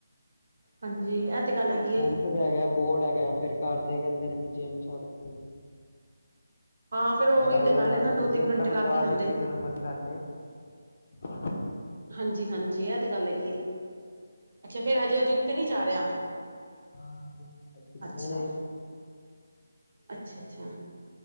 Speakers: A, on the right (about 55°); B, on the left (about 45°).
A: ਹਾਂਜੀ ਇਹ ਤੇ ਗੱਲ ਹੈਗੀ ਏ
B: ਹੁਣ, ਕੌਣ ਰਹਿ ਗਿਆ ਬੋਰਡ ਹੈਗਾ, ਫੇਰ ਘਰ ਦੇ ਕਹਿੰਦੇ ਨੇ ਕਿ ਜਿਮ, ਛੱਡ ਦੇ
A: ਹਾਂ ਫਿਰ ਉਹੀ
B: ਪੜ੍ਹਾਈ
A: ਤੇ
B: ਵੱਲ
A: ਗੱਲ
B: ਧਿਆਨ
A: ਹੈ ਨਾ
B: ਦੇ
A: ਦੋ ਤਿੰਨ
B: ਜਿਮ
A: ਘੰਟੇ
B: ਤਾਂ ਬੰਦਾ
A: ਲੱਗ ਹੀ ਜਾਂਦੇ
B: ਜਦੋਂ,
A: ਨੇ
B: ਮਰਜ਼ੀ ਲਏ ਹਾਂ <unintelligible>
A: ਹਾਂਜੀ ਹਾਂਜੀ ਇਹ ਤੇ ਗੱਲ ਹੈਗੀ ਏ, ਅੱਛਾ ਫੇਿਰ ਉ ਹਜੇ ਉਹ ਜਿੰਮ ਤੇ ਨਹੀਂੀ ਜਾ, ਰਿਹਾ
B: ਹਾਂ <inaudible>
A: ਅੱਛਾ ਅੱਛਾ ਅੱਛਾ